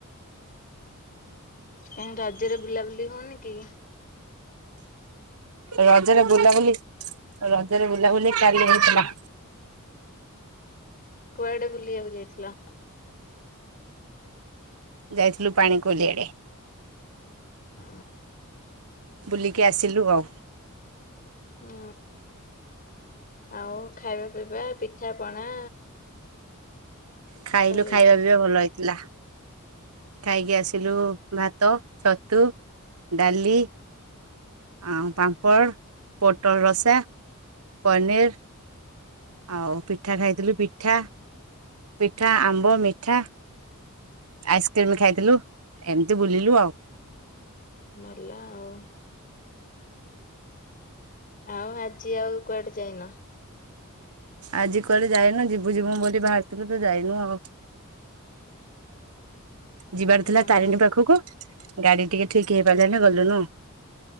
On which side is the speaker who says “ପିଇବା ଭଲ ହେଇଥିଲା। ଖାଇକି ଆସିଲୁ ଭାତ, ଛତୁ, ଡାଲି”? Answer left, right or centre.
Right